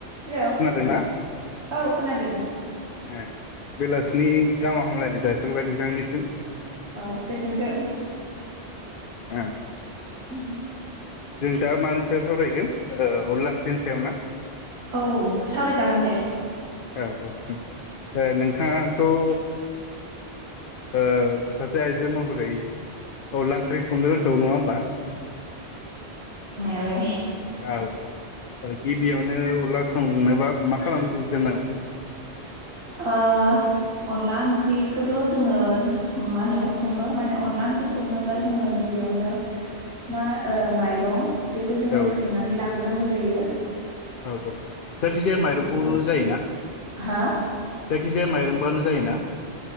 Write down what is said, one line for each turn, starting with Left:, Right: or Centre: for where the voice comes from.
Right: Hello
Left: खोनादोंना
Right: औ खोनादों।
Left: ए बेलासिनि गाहाम हामलायनाय जासिहरबाय नोंथांनिसिम।
Right: औ गोजोनथों।
Left: ओ
Right: औ
Left: जों दा मानि सायाव सावरायगोन ओ अनला ओंख्रिनि सायाव ना?
Right: औ सावरायजागोन दे।
Left: औ औ ओ नोंथाङाथ' ओ सासे आइजो महरै अनला ओंख्रि संनो रोंखागौ नङा ओमबा?
Right: लाय
Left: औ औ ओ गिबियावनो अनला संनोबा मा खालामग्रोनांगौ?
Right: ओ, अनला ओंख्रिखौथ' जोङो मा होनो सङो माने अनला ओंख्रि संनोब्ला जोङो गिबियावनो मा ओ माइरं बेखौ जोङो
Left: औ
Right: सोमनानै लाग्रोनांगौ जायो
Left: औ औ जायखिजाया माइरंखौ जायोना?
Right: हा
Left: जा यखिजाया माइरंबानो जायोना?